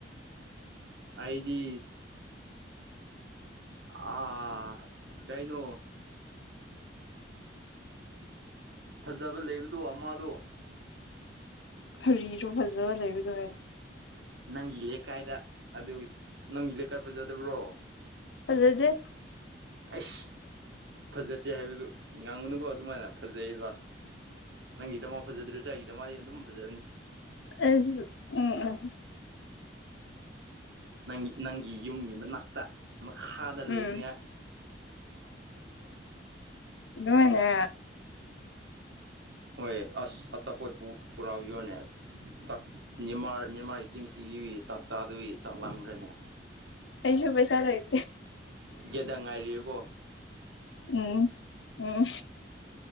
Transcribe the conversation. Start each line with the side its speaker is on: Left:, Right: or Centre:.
Right: ꯑꯩꯗꯤ ꯑꯥ ꯇꯥꯏꯩꯅꯣ ꯐꯖꯕ ꯂꯩꯕꯗꯣ ꯑꯃꯗꯣ
Left: ꯀꯔꯤꯁꯨꯣ ꯐꯖꯕ ꯂꯩꯕꯗꯣꯋꯦ
Right: ꯅꯪꯒꯤ ꯂꯩꯀꯥꯏꯗ ꯑꯗꯨ ꯅꯪꯒꯤ ꯂꯩꯀꯥꯏ ꯐꯖꯗꯕ꯭ꯔꯣ
Left: ꯑꯗꯨꯗꯗꯤꯦ
Right: ꯑꯩꯁ ꯐꯖꯗꯦ ꯍꯥꯏꯕꯗꯨ ꯉꯥꯡꯒꯅꯨꯀꯣ ꯑꯗꯨꯃꯥꯏꯅ ꯐꯖꯩꯗꯣ ꯅꯪꯒꯤꯗꯃ ꯐꯖꯗ꯭ꯔꯣꯆꯥꯏꯒꯤꯗ ꯃꯥꯗꯤ ꯑꯗꯨꯝ ꯐꯖꯕꯅꯤ
Left: ꯑꯩꯁꯨ ꯎꯝ ꯎꯝ
Right: ꯅꯪ ꯅꯪꯒꯤ ꯌꯨꯝꯒꯤ ꯃꯅꯥꯛꯇ ꯃꯈꯥꯗ ꯂꯩꯔꯤꯉꯦ
Left: ꯎꯝ ꯑꯗꯨꯃꯅꯦ
Right: ꯍꯣꯏ ꯑꯁ ꯑꯆꯥꯄꯣꯠ ꯄꯨꯔꯥꯎꯕꯤꯌꯣꯅꯦꯅꯤꯃꯥꯔꯤ ꯇꯤꯝꯁꯤꯒꯤ ꯆꯥꯛ ꯆꯥꯗꯕꯤ ꯆꯥꯛꯂꯝꯈ꯭ꯔꯦꯅꯦ
Left: ꯑꯩꯁꯨꯕꯩ ꯆꯂ ꯂꯩꯦ
Right: ꯒꯦꯗ ꯉꯥꯏꯔꯤꯀꯣ
Left: ꯎꯝ ꯎꯝ